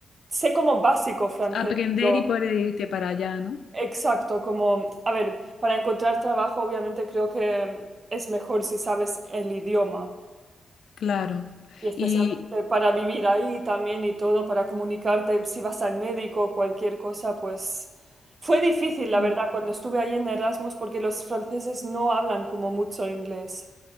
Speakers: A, on the right; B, on the left.
A: sé como básico francés,
B: Aprender
A: pero
B: y poder irte para allá, ¿no?
A: exacto, como, a ver, para encontrar trabajo obviamente creo que mm, es mejor si sabes el idioma.
B: Claro.
A: Y especialmente
B: Y
A: para vivir ahí también y todo, para comunicarte si vas al médico, cualquier cosa, pues fue difícil, la
B: sí.
A: verdad, cuando estuve ahí en Erasmus, porque los franceses no hablan como mucho inglés.